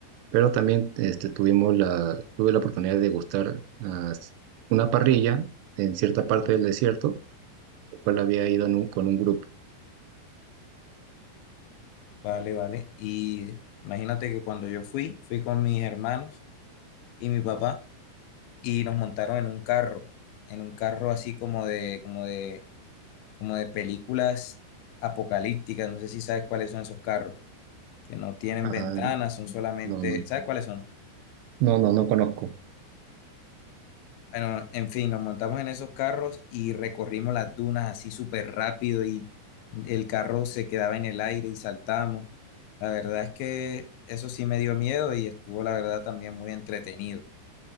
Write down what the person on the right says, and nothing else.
Pero también este, tuvimos la, tuve la oportunidad de degustar ah, una parrilla en cierta parte del desierto, lo cual había ido en un- con un grupo.
Ah,
no, no,
no, no, no conozco.